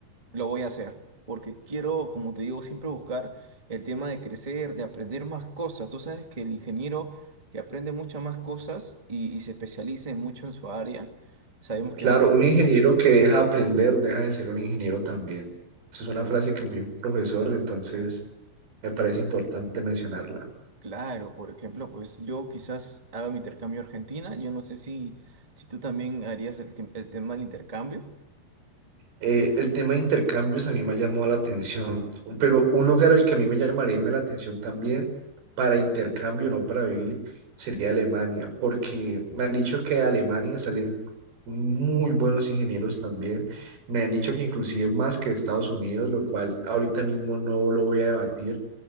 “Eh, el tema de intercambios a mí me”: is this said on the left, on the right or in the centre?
Right